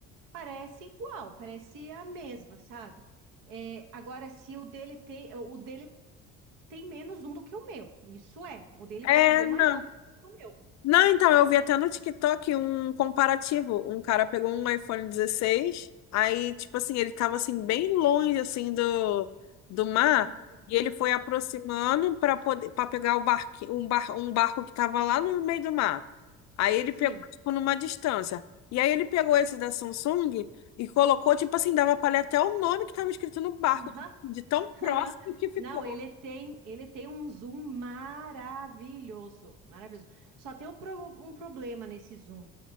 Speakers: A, on the right; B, on the left.
A: parece igual, parece a mesma, sabe? É, agora, se o dele tem, o dele tem menos um do que o meu, isso é, o dele ficou
B: É,
A: bem
B: não.
A: mais longe do que o meu.
B: Não, então, eu vi até no TikTok um comparativo. Um cara pegou um iPhone 16, aí, tipo assim, ele tava assim, bem longe, assim, do, do mar,
A: Então,
B: e ele foi aproximando para poder, para pegar o barqui, um, bar, um barco que tava lá no meio do mar. Aí ele
A: Sim.
B: pegou, tipo, numa distância. E aí ele pegou esse da Samsung e colocou, tipo assim, dava pra ler até o nome que tava escrito no barco,
A: Aham,
B: de tão próximo
A: aham.
B: que ficou.
A: Não, ele tem, ele tem um zoom maravilhoso, maravilhoso. Só tem um, pro- um problema nesse zoom.